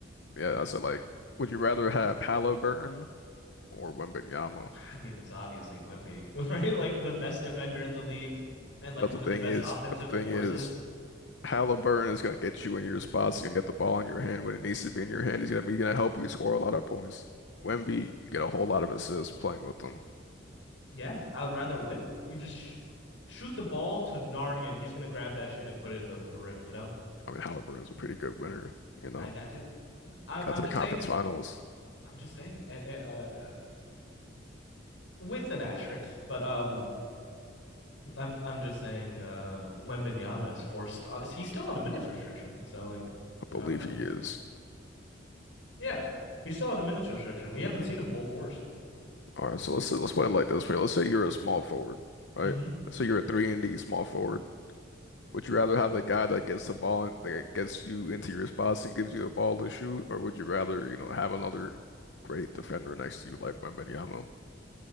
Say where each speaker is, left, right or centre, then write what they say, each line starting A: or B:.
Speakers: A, on the left (about 70°); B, on the left (about 85°).
A: Yeah, I said like, would you rather have Halliburton or Wembanyama?
B: I mean, it's obviously Wemby, <laughs> right? Like the best defender in the league and like
A: But
B: one
A: the thing
B: of the best
A: is,
B: offensive
A: but the thing
B: forces.
A: is, Halliburton is gonna get you in your spots. He's gonna get the ball in your hand when it needs to be in your hand. He's gonna be gonna help you score a lot of points. Wemby, you get a whole lot of assists playing with them.
B: Yeah, I would rather win. You just sh shoot the ball to Narnia and he's gonna grab that shit and put it in the rim, you know?
A: I mean, Halliburton's a pretty good winner, you know.
B: I got you. I
A: Got
B: I'm
A: to
B: just
A: the conference
B: saying.
A: finals.
B: I'm just saying. Uh, uh, uh, with an asterisk, but um. I'm I'm just saying uh Wembanyama is forced uh, he's still on a minutes restriction. So like
A: I believe
B: I don't know, man.
A: he is.
B: Yeah. He's still on a minutes restriction. We haven't seen him full force.
A: All right, so let's let's put it like this way. Let's say you're a small forward, right?
B: hmm
A: So you're a three and D small forward. Would you rather have the guy that gets the ball and that gets you into your spots and gives you the ball to shoot, or would you rather, you know, have another great defender next to you like Wembanyama?